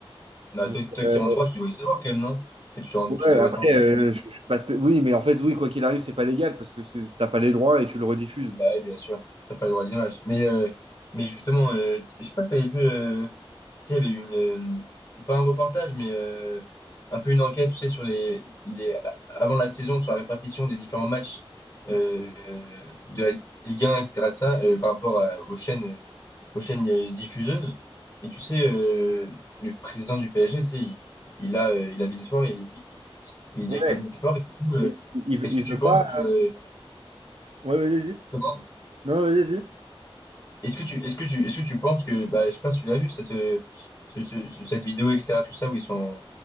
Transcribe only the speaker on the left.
Bah
toi, toi qui
es en droit, tu devrais savoir quand même, non? Peut-être tu,
tu devrais
te renseigner.
Bah oui, bien sûr, t'as pas le droit des images. Mais, euh, mais justement, euh, t- je sais pas si t'avais vu, euh, tu sais, il y avait une, euh, pas un reportage, mais euh, un peu une enquête, tu sais, sur les, les, avant la saison, sur la répartition des différents matchs euh, euh, de la Ligue 1, etc. de ça, euh, par rapport à- aux chaînes, aux chaînes euh, diffuseuses. Et tu sais, euh, le président du PSG, tu sais, il, il a, euh, il a beIN Sport, il, il il est
directeur de beIN Sport. Et du coup, euh,
est-ce
que tu
penses
que, euh,
comment
Est-ce que tu, est-ce que tu, est-ce que tu penses que, bah, je sais pas si tu l'as vu, cette, euh, ce- ce- ce- cette vidéo, etc., tout ça, où ils sont